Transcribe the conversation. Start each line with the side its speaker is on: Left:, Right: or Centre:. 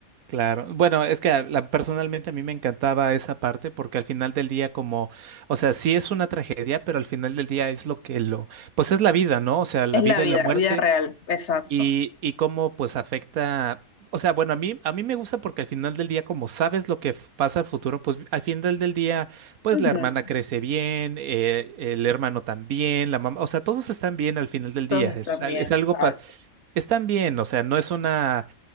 Right: claro, bueno, es que a- la- personalmente a mí me encantaba esa parte porque al final del día como, o sea, sí es una tragedia, pero al final del día es lo que lo, pues es la vida, ¿no? O sea, la
Left: Es
Right: vida
Left: la vida,
Right: y la muerte.
Left: vida real, exacto.
Right: Y, y cómo pues afecta, o sea, bueno, a mí, a mí me gusta porque al final del día, como sabes lo que f- pasa al futuro, pues al final del día, pues
Left: Ujú,
Right: la hermana crece bien, eh, el hermano también, la mamá, o sea, todos están bien al final del día,
Left: Entonces
Right: es,
Left: también,
Right: al- es algo,
Left: exacto.
Right: pa- están bien, o sea, no es una,